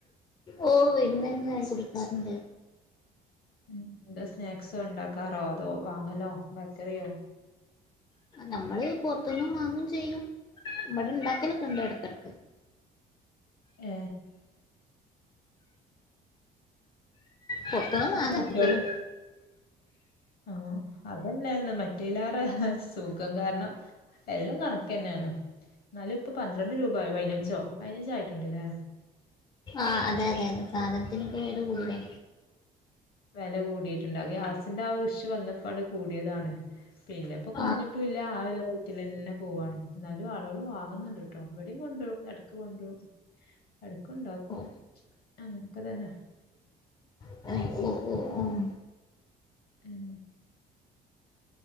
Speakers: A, on the left; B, on the left.
A: ഓ വെയ്കുന്നേരം ചായ കുടിക്കാറ്ണ്ട്
B: ഉം ന്താ സ്നാക്സോ ഇണ്ടാക്കാറോ അതോ വാങ്ങലോ ബേക്കറിയോ
A: നമ്മള് പൊറ്ത്തുന്നും വാങ്ങും ചെയ്യും ഇബെടെ ണ്ടാക്കലൊക്കെ ണ്ട് എട്കെട്ക്ക്
B: ഏ
A: പുറത്തുന്ന് വാങ്ങാ
B: കുട്ടികള്
A: കൂടുതലും
B: ആഹ് അതന്നെ മറ്റ റ്റിലാറേ സുഖം കാരണം എല്ലാം കണക്കെ ന്നെണ് ന്നാല് പ്പപന്ത്രണ്ട് രൂപയി പയ്നഞ്ചോ പയ്നഞ്ചാ യിട്ടുണ്ട്ലെ
A: ആഹ് അതെ അതെ അതെ സാധനത്തിനൊക്കെ വെല കൂട്തലാ
B: വെല കൂടിയിട്ട്ണ്ട് അഹ് ഗ്യാസിന്റെ ആ ഒര് ഇഷു വന്നപ്പാണ് കൂടിയതാണ് പിന്നെ പ്പോ കൊറ്ഞ്ട്ടുല്ല
A: ആ
B: ആ ഒരു റ്റ്ലെ ന്നെ പോവാണ് ന്നാലും ആളുകള് വാങ്‌ന്ണ്ട് ട്ടോ വെടിം കൊണ്ട് രും എട്ക്ക് കൊണ്ട് രും എട്ക്ണ്ടാക്കും
A: ഓ
B: അങ്ങൻത്തെതന്നെ
A: <unintelligible>
B: ഉം